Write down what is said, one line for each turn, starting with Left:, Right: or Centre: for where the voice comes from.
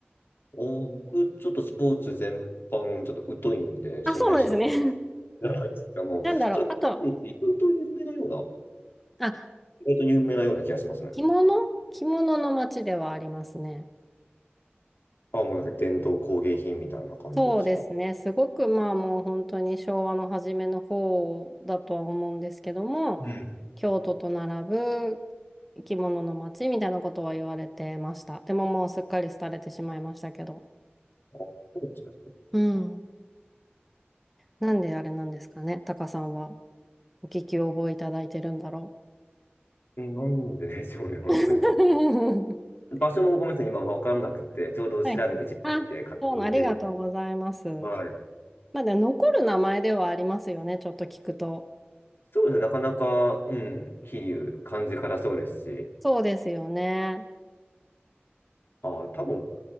Left: お、僕、ちょっとスポーツ全般、ちょっと疎いんで、
Centre: あ、
Left: その辺知
Centre: そうなんですね。
Left: らないですけども、
Centre: <laughs> なんだろう。
Left: それは、
Centre: あと、
Left: 桐生って意外と有名なような、
Centre: んあ、
Left: 意外と有名なような気がしますね。
Centre: 着物着物の街ではありますね。
Left: あ、もうなんか伝統工芸品みたいな感じですか。
Centre: そうですね。
Left: あ、
Centre: すごくまあもう本当に昭和の初めの方だとは思うんですけども、
Left: うん。
Centre: 京都と並ぶ生き物の街みたいなことは言われてました。でももうすっかり廃れてしまいましたけど。
Left: そうですね。
Centre: うん。なんであれなんですかね。タカさんはお聞き覚えいただいてるんだろ
Left: なんででしょうね、本当に。
Centre: う。<laughs>
Left: 場所もごめんなさい、今わかんなくて、ちょうど調べて、
Centre: はい。
Left: 地図見て確認してる。
Centre: あ、そうな、ありがとうございます。
Left: はい。
Centre: まだ残る名前ではありますよね。ちょっと聞くと。
Left: そうですね、なかなか、うん、桐生、漢字からそうですし、
Centre: そうですよね。
Left: ああ、多分、